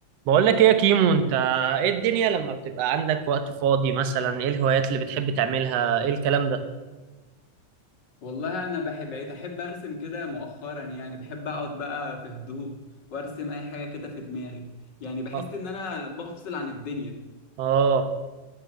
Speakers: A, on the right; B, on the left.
A: بقول لك ايه يا كيمو انت ايه الدنيا لما بتبقى عندك وقت فاضي مثلا ايه الهوايات اللي بتحب تعملها ايه الكلام ده
B: والله انا بحب بقيت احب ارسم كده مؤخرا يعني بحب اقعد بقى في هدوء وارسم اي حاجه كده في دماغي يعني بحس
A: اه
B: ان انا بفصل عن الدنيا
A: آه،